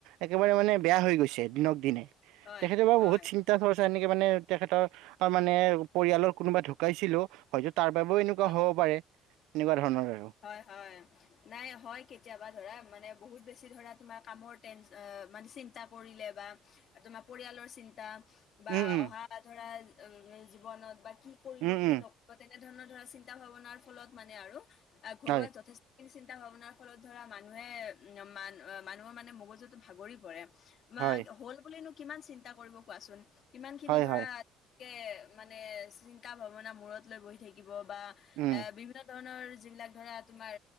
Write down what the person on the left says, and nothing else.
হয়
হয়
হয়
হয় হয়। নাই হয় কেতিয়াবা ধৰা মানে বহুত বেছি ধৰা তোমাৰ কামৰ টেন মানে চিন্তা কৰিলে বা তোমাৰ পৰিয়ালৰ চিন্তা। বা
অহা ধৰা জীৱনত বা কি কৰিব
কি
নকৰিব তেনে ধৰণত ধৰা চিন্তা ভাৱনাৰ ফলত মানে আৰু ঘৰুৱা
যথেষ্ট চিন্তা ভাৱনাৰ ফলত ধৰা মানুহে মান মানুহৰ মানে মগজুটো ভাগৰি পৰে। বা
হ'ল বুলিনো কিমান চিন্তা কৰিব কোৱাচোন কিমান খিনি
ধৰা
কে মানে চিন্তা ভাৱনা মূৰত লৈ বহি থাকিব বা
এ বিভিন্ন বিভিন্ন ধৰণৰ যিবিলাক ধৰা তোমাৰ